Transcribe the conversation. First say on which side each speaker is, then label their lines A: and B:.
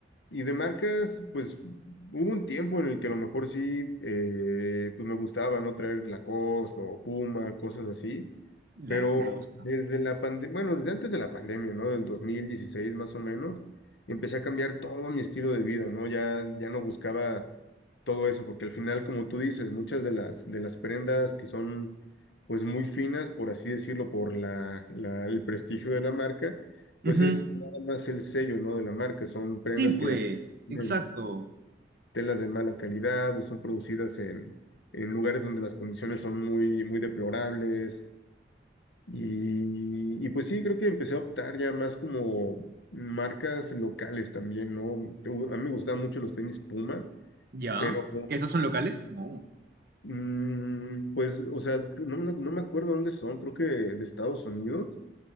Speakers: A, on the left; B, on the right.
A: Y de marcas, pues hubo un tiempo en el que a lo mejor sí, eh, pues me gustaba, ¿no? Traer Lacoste o Puma, cosas así. Pero
B: La costa.
A: desde la pandemia, bueno, desde antes de la pandemia, ¿no? Del 2016 más o menos, empecé a cambiar todo mi estilo de vida, ¿no? Ya, ya no buscaba todo eso, porque al final, como tú dices, muchas de las, de las prendas que son, pues, muy finas, por así decirlo, por la, la- el prestigio de la marca, pues
B: Ujú.
A: es nada más el sello, ¿no? de la marca. Son prendas
B: Sí, pues,
A: que tienen
B: exacto.
A: telas de mala calidad o son producidas en, en lugares donde las condiciones son muy, muy deplorables. Y, y pues sí, creo que empecé a optar ya más como marcas locales también, ¿no? U- A mí me gustaban mucho los tenis Puma,
B: ¿Ya?
A: pero
B: ¿Que esos son locales? No.
A: mm, pues, o sea, no, no no me acuerdo dónde son, creo que de Estados Unidos